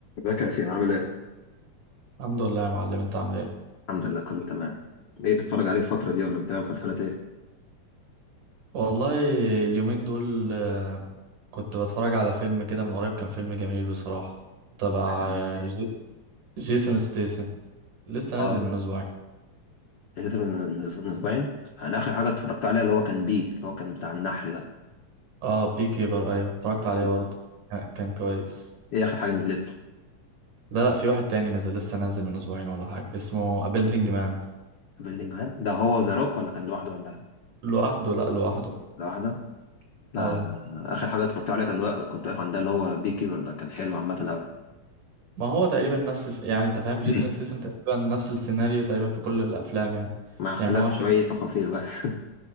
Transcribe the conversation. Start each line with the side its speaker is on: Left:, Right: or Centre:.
Left: ازيك يا ياسين عامل ايه؟
Right: الحمد لله يا معلم انت عامل ايه
Left: الحمد لله كله تمام ايه بتتفرج عليه الفترة دي ولا متابع مسلسلات ايه؟
Right: والله اليومين دول آه، كنت بتفرج على فيلم كده من قريب كان فيلم جميل بصراحة تبع
Left: كان
Right: آه، ج- جيسون ستيسن لسه
Left: اه
Right: نازل من اسبوعين
Left: اساسا من من من اسبوعين انا اخر حاجة اتفرجت عليها اللي هو كان بي اللي هو كان بتاع النحل ده
Right: اه بي كيبر ايوه اتفرجت عليه
Left: دي-
Right: برضه كان كان كويس
Left: ايه اخر حاجة نزلت له؟
Right: لا لا في واحد تاني نزل لسه نازل من اسبوعين ولا حاجة اسمه A Building مان
Left: بيلدينج مان ده هو ذا روك ولا كان لوحده ولا
Right: لوحده لا لوحده
Left: لوحده؟ لا
Right: اه
Left: اخر حاجة اتفرجت عليها كان وا- كنت واقف عند ده اللي هو بي كيبر ده كان حلو عامة قوي
Right: ما هو تقريبا نفس الف... يعني انت فاهم جيسون
Left: <clears throat>
Right: ستيسن تقريبا نفس السيناريو تقريبا في كل الافلام يعني
Left: مع اختلاف
Right: يعني هو الفيلم
Left: شوية تفاصيل بس <laughs>